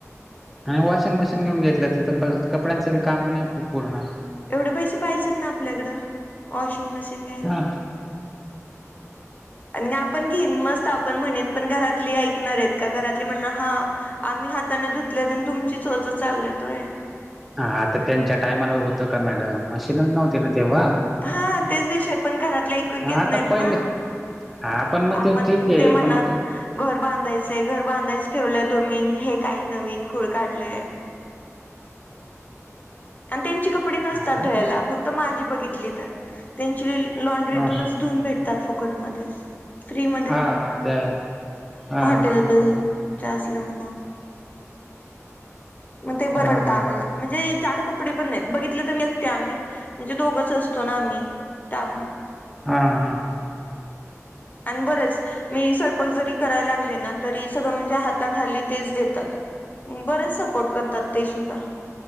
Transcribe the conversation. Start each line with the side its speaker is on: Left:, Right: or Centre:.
Centre: आणि वॉशिंग मशीन घेऊन घेतलं तर तर कपड्यांच काम नाही पूर्ण
Left: एवढे पैसे पाहिजेत ना आपल्याकडं वॉशिंग मशीन घ्यायला.
Centre: हा
Left: आणि आपण घेईन मस्त आपण म्हणेन पण घरातली ऐकणार आहेत का घरातली म्हणार हा आम्ही हाताना धुतले तुमची सोच चालेत तोय.
Centre: हा आता त्यांच्या टायमाला होतं का मॅडम मशीनच नव्हती ना तेव्हा.
Left: हा तेच विषय पण घरातले ऐकून
Centre: हा
Left: घेत
Centre: आता
Left: नाहीत
Centre: पहिले
Left: ना.
Centre: हा पण मग
Left: आ
Centre: ते
Left: मण
Centre: ठीक आहे
Left: ते म्हणणार
Centre: पण
Left: घर बांधायचंय. घर बांधायच ठेवलंय तुम्हीन, हे काय नवीन खूळ काढले. आणि त्यांची कपडे नसतात
Centre: हा
Left: धयाला. फक्त माझी बघितली तर, त्यांची लॉ्ड्रीतूनच
Centre: हा
Left: धुून भेटतात फुकटमध्ये. फ्री मध्ये.
Centre: हा हा ते आहे हा
Left: हॉटेलच्या
Centre: हा
Left: असल्या मुळ. मग ते बरडत
Centre: हा
Left: आम्हाला. म्हणजे जाड कपडे पण नाहीत. बघितले त मी एकते आम्ही म्हणजे दोघच असतो ना आम्ही. त्यामुंळ.
Centre: हा हा.
Left: आण बरंच, मी स्वयंपाक जरी करायला लागले ना, तरी सगळं म्हणजे हाताखाली तेच देतात. बरेच सपोर्ट करतात ते सुद्धा.